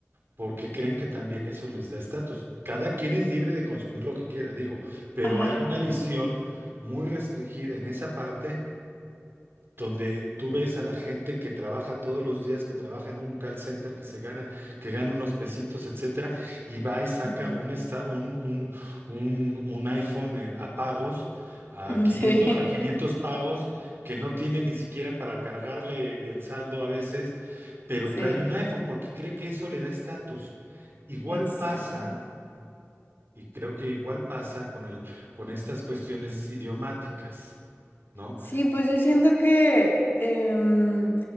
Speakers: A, on the right (about 50°); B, on the left (about 45°).
A: porque creen que también eso les da estatus. Cada quien es libre de consumir lo que quiera, digo, pero
B: ajá.
A: hay una visión muy restringida en esa parte donde tú ves a la gente que trabaja todos los días, que trabaja en un call center, que se gana, que gana unos pesitos, etcétera, y va y saca
B: Ujú.
A: un, esta- un, un, un, un iPhone en- a pagos, a
B: <laughs>
A: quinientos
B: Sí,
A: a 500 pagos, que no tiene ni siquiera para cargarle el saldo a veces, pero
B: sí.
A: trae un iPhone porque cree que eso le da estatus. Igual
B: Exacto.
A: pasa, y creo que igual pasa con el, con estas cuestiones idiomáticas, ¿no?
B: Sí, pues yo siento que em,